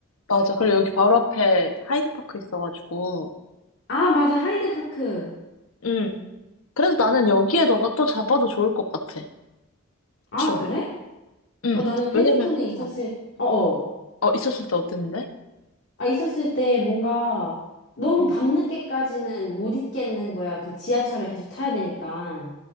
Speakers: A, on the left; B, on the left.
A: 맞아. 그리고 여기 바로 앞에 하이드파크 있어가지고,
B: 아, 맞아. 하이드파크.
A: 응. 그래서 나는 여기에 너가 또 잡아도 좋을 것 같아,
B: 아,
A: 쇼를.
B: 그래?
A: 응.
B: 어, 나는 패딩턴에
A: 왜냐면,
B: 있었을,
A: 어,
B: 어어.
A: 어, 있었을 때 어땠는데?
B: 아, 있었을 때 뭔가 너무
A: 응.
B: 밤늦게까지는 못 있겠는 거야. 그 지하철에 계속 타야 되니까.